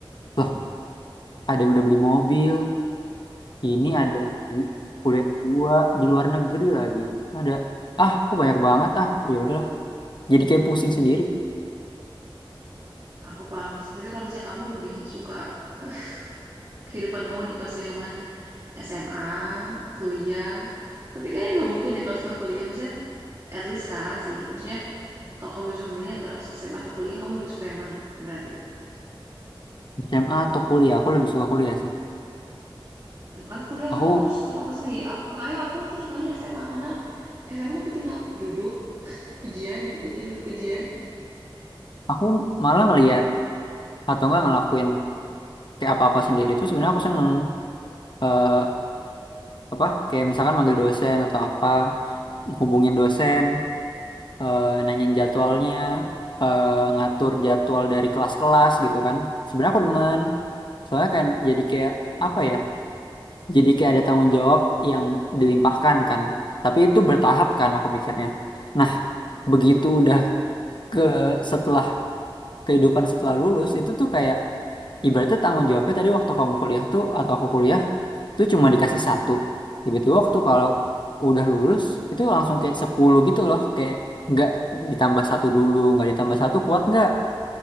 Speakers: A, on the left; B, on the right.
A: loh ada yang udah beli mobil Ini ada di kuliah gua di luar negeri lagi. Ada, ah, kok banyak banget ah. Ya udahlah. Jadi kayak
B: Hmm,
A: pusing sendiri.
B: aku paham sih. Tapi kalau misalnya kamu lebih suka <laughs> kehidupan kamu di fase yang mana? SMA, kuliah. Tapi kayaknya nggak mungkin deh kalau setelah kuliah. Maksudnya At least sekarang sih. Maksudnya kalau kamu disuruh milih antara SMA atau kuliah, kamu lebih suka yang mana? Berarti.
A: SMA atau kuliah, aku lebih suka kuliah sih.
B: Nah kan kuliah
A: Aku
B: kamu harus apa-apa sendiri. Aku, soalnya aku tuh sukanya SMA karena SMA tuh aku tinggal duduk, <laughs> ujian, duduk ujian, duduk ujian.
A: aku malah ngelihat atau enggak ngelakuin kayak apa-apa sendiri itu sebenarnya aku seneng eh apa kayak misalkan manggil dosen atau apa, hubungin dosen, eh nanyain jadwalnya, eh ngatur jadwal dari kelas-kelas gitu kan. Sebenarnya aku demen. Soalnya kan jadi kayak apa ya? Jadi kayak ada tanggung jawab yang dilimpahkan kan. Tapi itu bertahap kan aku mikirnya. Nah, begitu udah ke setelah kehidupan setelah lulus itu tuh kayak ibaratnya tanggung jawabnya tadi waktu kamu kuliah tuh atau aku kuliah tuh cuma dikasih satu. Tiba-tiba waktu kalau udah lulus itu langsung kayak 10 gitu loh kayak nggak ditambah satu dulu nggak ditambah satu kuat nggak